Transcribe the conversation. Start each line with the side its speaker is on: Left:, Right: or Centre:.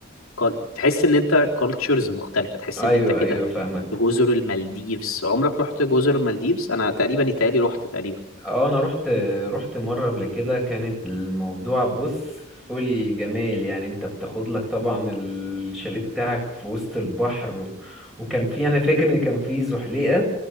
Left: كال- تحس ان انت كالتشرز مختلفة تحس
Centre: ايوه
Left: ان انت كده
Centre: ايوه فاهمك
Left: في جزر المالديفز عمرك رحت جزر المالديفز انا تقريبا يتهيألي رحت تقريبا
Centre: اه انا رحت رحت مره قبل كده كانت الموضوع بص فل جمال يعني انت بتاخد لك طبعا الشاليه بتاعك في وسط البحر وكان في
Left: مم.
Centre: انا فاكر ان كان في زحليقه